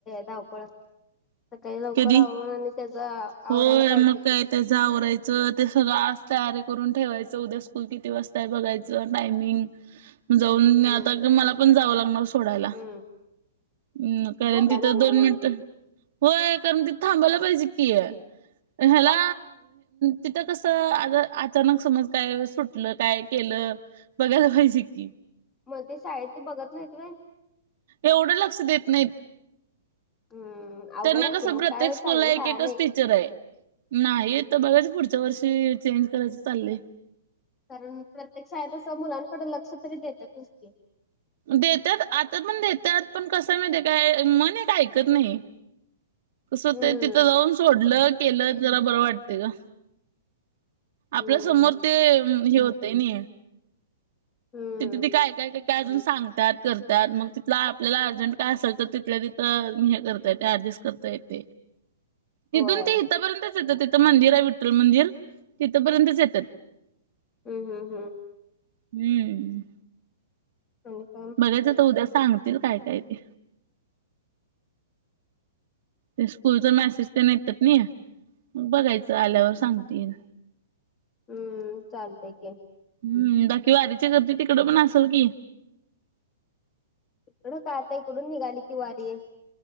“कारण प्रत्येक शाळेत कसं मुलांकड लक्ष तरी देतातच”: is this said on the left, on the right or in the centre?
Left